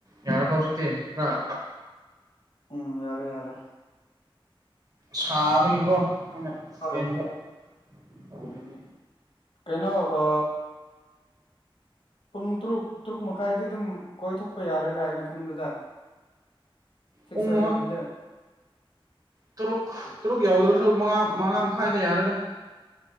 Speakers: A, on the right (about 40°); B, on the left (about 70°).
A: ꯌꯥꯔꯕ ꯍꯧꯖꯤꯛꯇꯤ ꯈꯔ
B: ꯎꯝ ꯌꯥꯔꯦ ꯌꯥꯔꯦ꯫
A: ꯁꯥꯕꯒꯤꯀꯣ ꯑꯩꯅ꯫
B: ꯎꯝ
A: ꯐꯦꯟꯗ ꯇꯧꯔꯤꯅꯤ
B: ꯀꯩꯅꯣ ꯑ ꯄꯨꯡ ꯇꯔꯨꯛ ꯇꯔꯨꯛ ꯃꯈꯥꯏꯗꯤ ꯑꯗꯨꯝ ꯀꯣꯏꯊꯣꯛꯄ ꯌꯥꯔꯦꯗꯥ ꯑꯩꯏꯅ ꯈꯟꯕꯗ꯫ ꯁꯤꯛꯁ
A: ꯄꯨꯡ
B: ꯊꯔꯇꯤꯒꯨꯝꯗꯦ꯫
A: ꯍꯣꯏ ꯇꯔꯨꯛ ꯇꯔꯨꯛ ꯌꯥꯎꯗ꯭ꯔꯁꯨ ꯃꯉꯥ ꯃꯉꯥ ꯃꯈꯥꯏꯗ ꯌꯥꯔꯦꯗ꯫